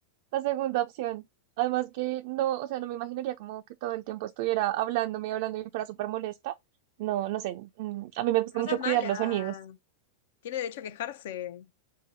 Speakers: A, on the right; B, on the left.
A: la segunda opción. Además que no, o sea, no me imaginaría como que todo el tiempo estuviera hablándome y hablando y fuera súper molesta. No, no sé. mm, A mí me gusta
B: Pero no
A: mucho
B: seas mala.
A: cuidar los sonidos.
B: Tiene derecho a quejarse.